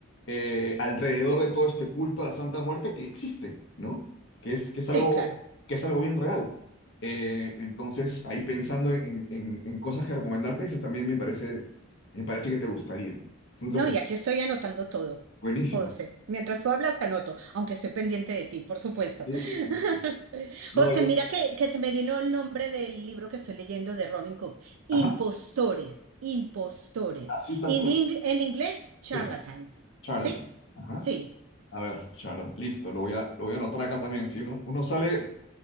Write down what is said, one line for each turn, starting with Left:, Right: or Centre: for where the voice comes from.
Left: eh, alrededor de todo este culto a la Santa Muerte que existe, ¿no? Que es, que es algo,
Right: sí, claro.
Left: que es algo bien real. Eh, entonces, ahí pensando en, en- en cosas que recomendarte, eso también me parece, me parece que te gustaría. Frutos
Right: No, y aquí estoy anotando todo,
Left: Buenísimo.
Right: José. Mientras tú hablas, anoto, aunque estoy pendiente de ti, por supuesto.
Left: Sí, sí, sí, sí.
Right: <laughs>
Left: No,
Right: José,
Left: yo.
Right: mira que, que se me vino el nombre del libro que estoy leyendo de Robin Cook. Impostores,
Left: Ajá,
Right: impostores.
Left: así tal
Right: In
Left: cual.
Right: ing- en inglés, charlatans.
Left: Sí, Charlotte.
Right: ¿Sí?
Left: Ajá.
Right: Sí.
Left: A ver, Charlotte, listo, lo voy a, lo voy a anotar acá también. Si uno, uno sale